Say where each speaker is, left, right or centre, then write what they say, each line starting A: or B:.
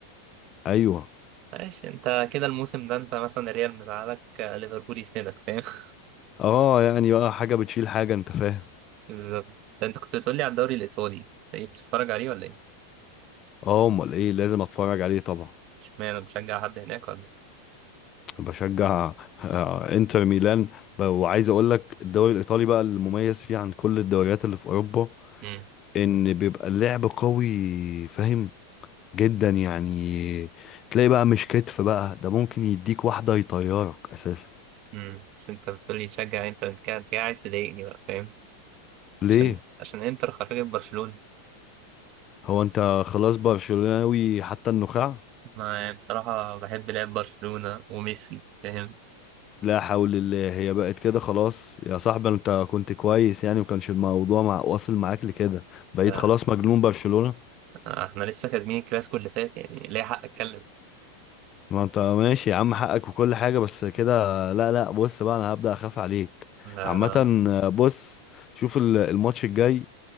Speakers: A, on the left; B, on the right.
A: ايوه
B: ماشي انت كده الموسم ده انت مثلا الريال مزعلك آه، ليفربول يسندك فاهم <laughs>
A: اه يعني بقى حاجة بتشيل حاجة انت فاهم
B: بالظبط ده انت كنت بتقولي على الدوري الايطالي ايه بتتفرج عليه ولا ايه
A: اه امال ايه لازم اتفرج عليه طبعا
B: اشمعنى بتشجع حد هناك ولا ايه
A: بشجع آه، انتر ميلان ب- وعايز اقول لك الدوري الايطالي بقى المميز فيه عن كل الدوريات اللي في اوروبا
B: امم
A: ان بيبقى اللعب قوي فاهم جدا يعني تلاقي بقى مش كتف بقى ده ممكن يديك واحدة يطيرك اساسا
B: امم بس انت بتقولي تشجع انتر انت كده انت كده عايز تضايقني بقى فاهم
A: ليه
B: عشان عشان انتر خرجت برشلونة
A: هو انت خلاص برشلوناوي حتى النخاع
B: ما بصراحة بحب لعب برشلونة وميسي فاهم
A: لا حول الله هي بقت كده خلاص يا صاحبي انت كنت كويس يعني وكانش الموضوع مع واصل معاك لكده بقيت
B: ف-
A: خلاص مجنون برشلونة
B: احنا لسه كاسبين الكلاسيكو اللي فات يعني ليه حق اتكلم
A: ما انت ماشي يا عم حقك وكل حاجة بس كده لا لا بص بقى انا هبدأ اخاف عليك
B: لا
A: عامة
B: لا
A: بص شوف ال- الماتش الجاي